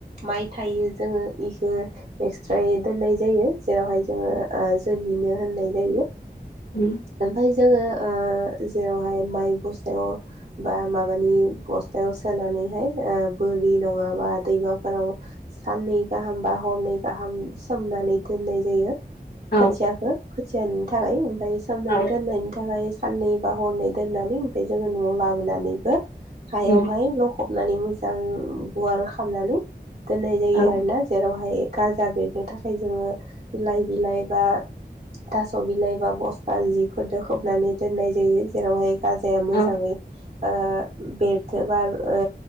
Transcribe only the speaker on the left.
उम
औ
औ
उम
औ
औ